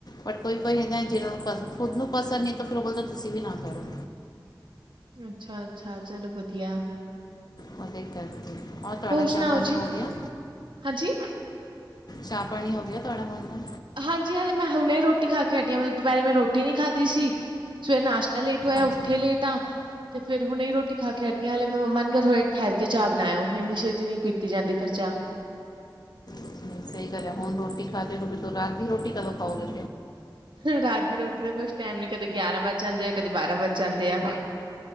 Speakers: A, on the left (about 55°); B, on the right (about 75°).
A: ਬਟ ਕੋਈ ਕੋਈ ਹੁੰਦਾ ਜਿਹੜਾ <unintelligible> ਖੁਦ ਨੂੰ ਪਸ ਨਹੀਂ ਤਾਂ ਫਿਰ ਉਹ ਬੋਲਦਾ ਤੁਸੀਂ ਵੀ ਨਾ ਕਰੋ।
B: ਅੱਛਾ-ਅੱਛਾ ਚਲੋ ਵੱਧੀਆ।
A: ਉਹਦੇ ਕਰਕੇ ਅ ਤੁਹਾਡਾ
B: ਹੋਰ
A: ਚਾਹ
B: ਸੁਣਾਓ
A: ਪਾਣੀ
B: ਜੀ
A: ਹੋ ਗਿਆ।
B: ਹਾਂਜੀ।
A: ਚਾਹ ਪਾਣੀ ਹੋ ਗਿਆ ਤੁਹਾਡਾ ਹੁਣ ਦਾ।
B: ਹਾਂਜੀ ਹੱਲੇ ਮੈਂ ਹੁਣੇ ਰੋਟੀ ਖਾ ਕੇ ਹਟੀ ਆ ਦੁਪਹਿਰੇ ਮੈਂ ਰੋਟੀ ਨਹੀਂ ਖਾਦੀ ਸੀ। ਸਵੇਰ ਨਾਸ਼ਤਾ ਲੇਟ ਹੋਇਆ,
A: ਅੱਛਾ
B: ਉੱਠੇ ਲੇਟ ਆ। ਤੇ ਫਿਰ ਹੁਣ ਇ ਰੋਟੀ ਖਾ ਕੇ ਹਟੀ ਆਂ, ਹੱਲੇ ਮੈਂ ਮੰਮਾ ਨੂੰ ਕਿਹਾ ਥੋੜੇ ਠਹਿਰ ਕੇ ਚਾਹ ਬਣਾਇਓ ਇੰਨੀ ਛੇਤੀ ਨਹੀਂ ਪੀਤੀ ਤੇ ਜਾਂਦੀ ਫਿਰ ਚਾਹ
A: ਨਹੀਂ, ਸਹੀ ਗੱਲ ਹੈ ਹੁਣ ਰੋਟੀ ਖਾਦੀ ਤੋਂ ਫਿਰ ਤੋਂ ਰਾਤ ਦੀ ਰੋਟੀ ਕਦੋਂ ਖਾਓਗੇ।
B: ਹ ਰਾਤ ਦੀ ਰੋਟੀ ਦਾ ਕੁਛ ਟਾਈਮ ਨਹੀਂ ਕਦੇ ਗਿਆਰਾਂ ਵੱਜ ਜਾਂਦੇ ਆ ਕਦੇ ਬਾਰਾਂ ਵੱਜ ਜਾਂਦੇ ਆ।